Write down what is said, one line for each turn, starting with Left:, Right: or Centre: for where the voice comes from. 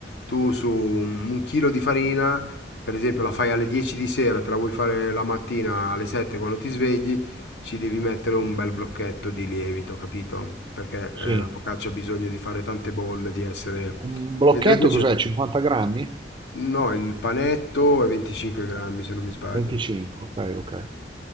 Left: tu su un un chilo di farina, per esempio la fai alle 10 di sera, te la vuoi fare la mattina alle 7 quando ti svegli, ci devi mettere un bel blocchetto di lievito, capito? Perché eh,
Right: sì.
Left: la focaccia ha bisogno di fare tante bolle, di essere...
Right: Un blocchetto
Left: Mentre invece...
Right: cos'è? 50 grammi?
Left: No, il panetto è 25 grammi se non mi sbaglio.
Right: 25, ok, ok.